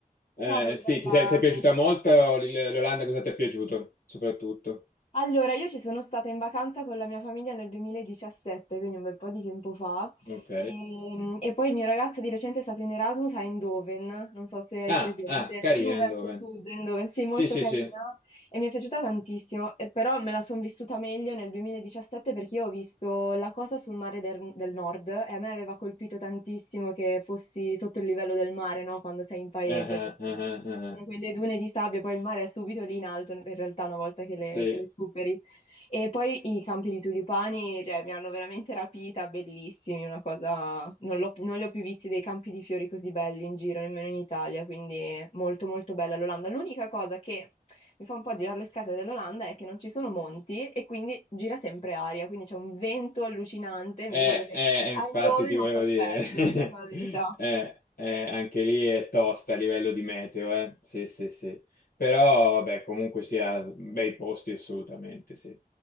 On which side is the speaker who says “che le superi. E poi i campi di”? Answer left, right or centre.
Left